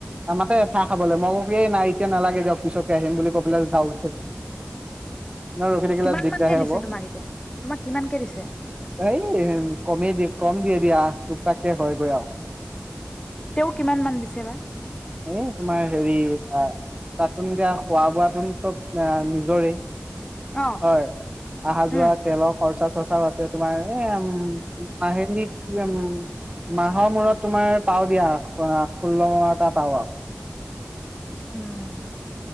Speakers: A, on the right (about 25°); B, on the left (about 20°).
A: অ, মাতে খাহ খাবলৈ মই কওঁ কি এ, নাই এতিয়া নালাগে দিয়ক পিছকে আহিম বুলি কৈ পেলাই যাওগে নহয়ৰখি থাকিলে,
B: কিমান
A: দিগদাৰে
B: মানকে দিছে
A: হব
B: তোমাক এতিয়া তোমাক কিমানকে দিছে
A: এই কমেই দিয়ে কম দিয়ে দিয়া, টুকটাককে হয়গৈ আৰু,
B: তেওঁ কিমান মান দিছে বা?
A: এ, 'তোমাৰ হেৰি তাত এতিয়া তাতটো দিয়া খোৱা -বোৱটো চব নিজৰে
B: অ
A: হয়, আহা যোৱা,
B: উম
A: তেলৰ খৰচা পচাও আছে তোমাৰ এ', উম, ' মাহেলি কি আৰু মাহৰ মূৰত তোমাৰ পাও দিয়া ষোল্ল তাত আ,
B: উম,